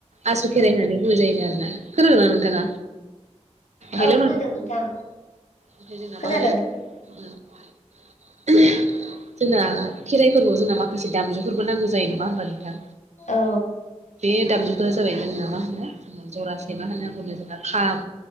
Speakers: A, on the right; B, on the left.
A: आसु खेराइ
B: औ
A: होननानै बुजायोन आरोना खोनादों नोंथाङा हेलौ
B: औ खोनादों
A: नोंथ
B: नोंथां
A: ओमफ्राय जोंना
B: खोनादों
A: मा होनो ओ <unintelligible> जोंना खेराइफोरबोयाव जोंना माखासे दामजुफोरबो नांगौ जायो नङा होमबा नोंथां
B: औ
A: बे दामजुखो जेरै जोंना मा होनो जरासे मा होनो नांगौनो जोंना खाम